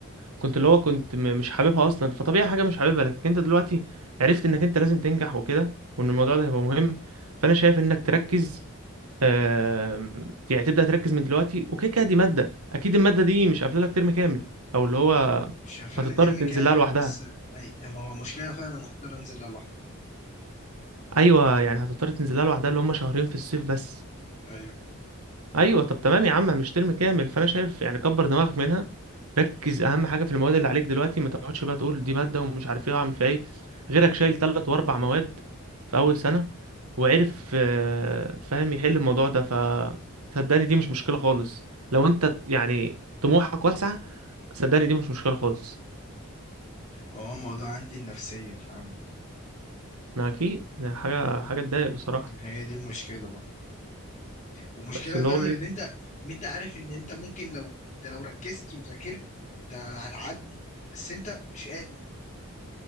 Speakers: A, on the right (about 90°); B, on the left (about 35°).
A: كنت اللي هو كنت م- مش حاببها اصلا فطبيعي حاجة مش حاببها لكن انت دلوقتي عرفت انك انت لازم تنجح وكده وان الموضوع ده هيبقى مهم فانا شايف انك تركز آم، يعني تبدأ تركز من دلوقتي وكده كده دي مادة اكيد المادة دي مش قافلة لك ترم كامل او اللي هو
B: مش هفلني
A: هتضطر
B: ترم
A: تنزلها
B: كامل
A: لوحدها
B: بس ما هو مشكله فعلا انا هضطر انزل لها لوحدي
A: ايوه يعني هتضطر تنزلها لوحدها اللي هم شهرين في الصيف بس
B: ايوه
A: ايوه طب تمام يا عم مش ترم كامل فانا شايف يعني كبر دماغك منها ركز اهم حاجه في المواد اللي عليك دلوقتي ما تقعدش بقى تقول دي ماده ومش عارف ايه اعمل فيها ايه غيرك شايل ثلاث واربع مواد في اول سنه وعرف آه، فاهم يحل الموضوع ده ف صدقني دي مش مشكله خالص لو انت يعني طموحك واسعه صدقني دي مش مشكله خالص
B: ما هو الموضوع عندي النفسيه فاهم
A: انا اكيد يعني حاجه حاجه تضايق بصراحه
B: هي دي المشكله بقى ومشكله
A: بس اللي
B: فاهم
A: هو ايه
B: ان انت ان انت عارف ان انت ممكن لو انت لو ركزت وذاكرت انت هتعدي بس انت مش قادر